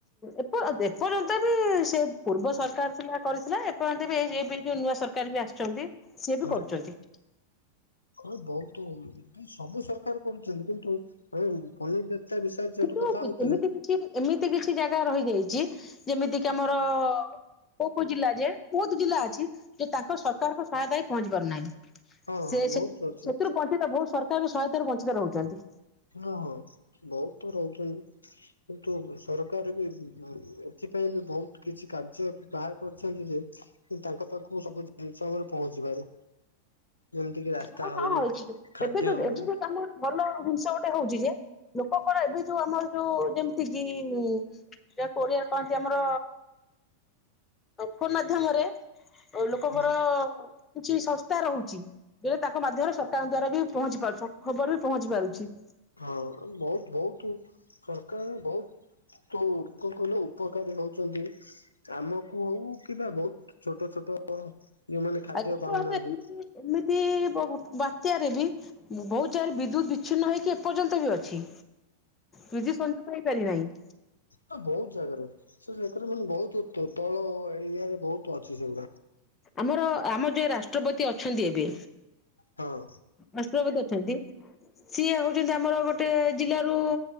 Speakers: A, on the left; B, on the left.
A: ଏପର୍ଯ୍ୟନ୍ତ ବି ସେ ପୂର୍ବ ସରକାର ଥିଲା। କରିଥିଲା ଏପର୍ଯ୍ୟନ୍ତ ବି ଏଇ ଏବେ ଯୋଉ ନୂଆ ସରକାର ବି ଆସିଛନ୍ତି ସିଏ
B: ହଁ
A: ବି କରୁଛନ୍ତି।
B: ହଁ ବହୁତ ଏ ସବୁ ସରକାର କରୁଛନ୍ତି କିନ୍ତୁ ଆଉ ଫନି ବାତ୍ୟା ବିଷୟରେ ଯୋଉଠୁ
A: କିନ୍ତୁ
B: କଥା ହଉଥିଲେ?
A: ଏମିତି କିଛି ଏମିତି କିଛି ଜାଗା ରହିଯାଇଛି ଯେମିତି କିି ଆମର କୋଉ କୋଉ ଜିଲ୍ଲା ଯେ ବହୁତ୍ ଜିଲ୍ଲା ଅଛି ଯେ ତାଙ୍କ ସରକାରଙ୍କ ସହାୟତା ହଁ ପହଞ୍ଚି ପାରୁନାହିଁ।
B: ହଁ
A: ସେ
B: ହଁ ବହୁତ
A: ସେଥିରୁ
B: ଅଛି।
A: ବଞ୍ଚିତ ବହୁତ ସରକାରଙ୍କ ସହାୟତାରୁ ବଞ୍ଚିତ ରହୁଛନ୍ତି।
B: ହଁ ହଁ ବହୁତ ତ ରହୁଛନ୍ତି କିନ୍ତୁ ସରକାର ବି ସେଥିପାଇଁ ବି ବହୁତ କିଛି କାର୍ଯ୍ୟ ବାହାର କରିଛନ୍ତି ଯେ ତାଙ୍କ ପାଖକୁ ସବୁ ଜିନିଷ ଆମର ପହଞ୍ଚିପାରୁ। ଯେମିତି କିି ରାସ୍ତା
A: ହଁ
B: ହଉ
A: ହଁ
B: ଖାଦ୍ୟ
A: ଏବେ ତ
B: ହଉ
A: ଏବେ ଯୋଉ ଆମ ଗୋଟେ ଭଲ ଜିନିଷ ଗୋଟେ ହଉଛି ଯେ ଲୋକଙ୍କର ଏବେ ଯୋଉ ଆମର ଯୋଉ ଯେମିତି କିି କୋଆ <unintelligible> କହନ୍ତି ଆମର ଫୋନ ମାଧ୍ୟମରେ। ଲୋକଙ୍କର
B: ହଁ
A: କିଛି ସ ରହୁଛି ଯେ ତାଙ୍କ ମାଧ୍ୟମରେ ସରକାରଙ୍କ ଦ୍ଵାରା ବି ପହଞ୍ଚି ପାରୁଛ ଖବର ବି ପହଞ୍ଚି ପାରୁଛି।
B: ହଁ ବହୁତ ବହୁତ ସରକାର ବହୁତ ତ କଣ କହିଲେ ଉପକାରୀ ହଉଛନ୍ତି। ଆମକୁ ହଉ କିିବା ବହୁତ ଛୋଟ ଛୋଟ ଯୋଉମାନେ ଖାଦ୍ୟ
A: ଆଉ ଏତେ
B: ପାଉନାହାନ୍ତି।
A: ବାଟ ଏମିତି ଏମିତି ବାତ୍ୟାରେ ବି ବହୁତ ଜାଗାରେ ବିଦ୍ୟୁତ ବିଚ୍ଛିନ୍ନ ହେଇକି ଏପର୍ଯ୍ୟନ୍ତ ବି ଅଛି। ବିଦ୍ୟୁତ ସଂଯୁକ୍ତ ହେଇପାଇପାରି ନାହିଁ।
B: ଆ ବହୁତ ଜାଗାରେ ସେ ଯାଗାରେ ମାନେ ବହୁତ ତଳ ଏରିଆରେ ବହୁତ ଅଛି ସେଗୁରା।
A: ଆମର ଆମ ଯୋଉ ରାଷ୍ଟ୍ରପତି ଅଛନ୍ତି ଏବେ।
B: ହଁ।
A: ରାଷ୍ଟ୍ରପତି ଅଛନ୍ତି ସିଏ ହଉଛନ୍ତି ଆମର ଗୋଟେ ଜିଲ୍ଲାରୁ